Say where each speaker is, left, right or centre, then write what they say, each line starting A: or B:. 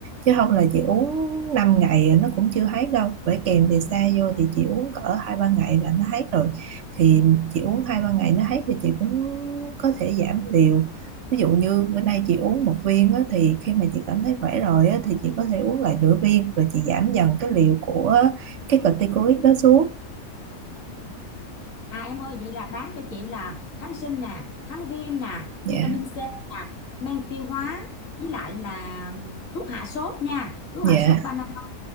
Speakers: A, on the right (about 65°); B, on the left (about 60°).
A: chứ không là chị uống 5 ngày nó cũng chưa hết đâu bởi kèm thì xa vô thì chị uống cỡ hai ba ngày là nó hết rồi thì chị uống hai ba ngày nó hết thì chị cũng có thể giảm liều ví dụ như bữa nay chị uống một viên á, thì khi mà chị cảm thấy khỏe rồi á, thì chị có thể uống lại nửa viên rồi chị giảm dần cái liều của cái corticoid đó xuống
B: À em ơi vậy là bán cho chị là kháng sinh nè, kháng viêm nè,
A: dạ
B: vitamin C nè, men tiêu hóa với lại là thuốc hạ sốt nha, thuốc
A: dạ
B: hạ sốt Panadol.